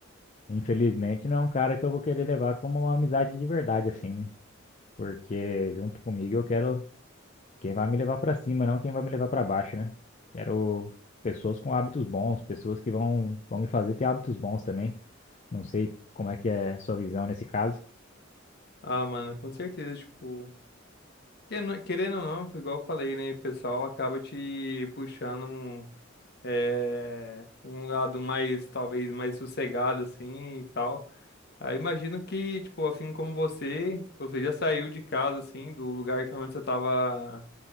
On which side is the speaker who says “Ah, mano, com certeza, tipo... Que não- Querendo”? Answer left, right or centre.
Left